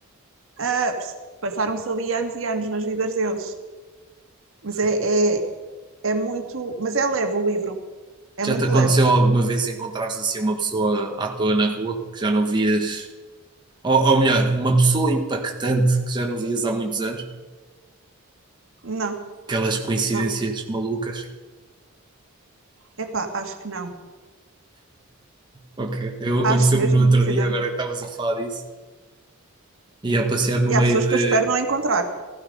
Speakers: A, on the right; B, on the right.
A: Ah, passaram-se ali anos e anos nas vidas deles. Mas
B: Fogo.
A: é, é, é muito. Mas é leve o livro. É muito
B: Já te aconteceu
A: leve.
B: alguma vez encontrares assim uma pessoa à toa na rua que já não vias, ou, ou melhor, uma pessoa impactante que já não vias há muitos anos?
A: Não,
B: Aquelas coincidências
A: não.
B: malucas.
A: Epá, acho que não.
B: Ok, eu aconteceu-me
A: Acho mesmo
B: no outro
A: que
B: dia,
A: não.
B: agora que estavas a falar disso, ia passear no
A: E
B: meio
A: há pessoas
B: de.
A: que eu espero não encontrar.